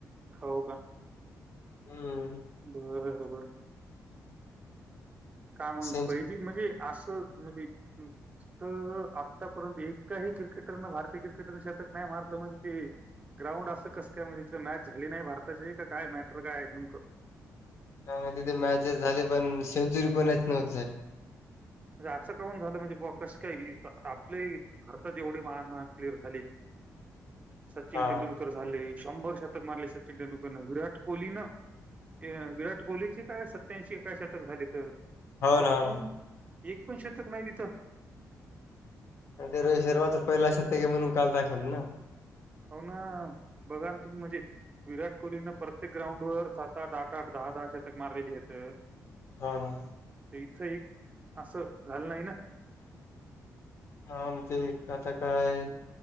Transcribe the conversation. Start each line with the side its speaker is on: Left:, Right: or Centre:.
Right: हो
Left: हम्
Right: बरोबर का म्हग
Left: सेंचुरी
Right: पहिली म्हणजे असं म्हणजे तर आतापर्यंत एकाही क्रिकेटरन भारतीय क्रिकेटरने शतक नाही मारलं म्हणजे ते ग्राउंड असं कस काय म्हणजे तिथे मॅच झाली नाही भारताची का काय मॅटर काय आहे नेमकं
Left: ह तिथे मॅचेस झाले पण सेंचुरी कोणाच नव्हती झाली.
Right: म्हणजे असं काून झालं म्हणजे बाे कस काय हि आपली भारतात एवढी महान महान प्लेअर झाली सचिन
Left: हा
Right: तेंडुलकर झाले शंभर शतक मारले सचिन तेंडुलकरन विराट कोहली न ये विराट कोहलीची काय सत्याऐंशी एकाय शतक झाले तर म्हणजे
Left: हो ना
Right: अजून
Left: हो ना
Right: एक पण शतक नाही तिथं
Left: अ ते रोहित शर्माचं पहिला शतक आहे म्हणून काल दाखवलं ना
Right: हो ना बघा ना तुम्ही म्हणजे विराट कोहलीने प्रत्येक ग्राऊंड वर सात आात आठ आठ दहा दहा शतक मारलेली हेत
Left: होना
Right: तर इथं एक असं झालं नाही ना?
Left: हा मग ते आता काय